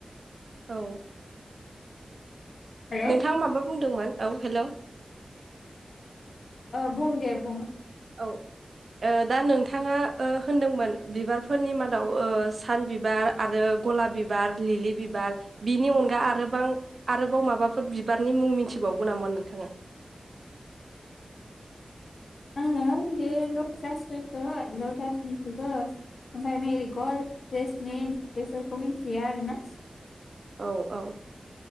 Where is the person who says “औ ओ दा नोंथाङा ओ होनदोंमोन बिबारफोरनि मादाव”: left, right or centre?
Right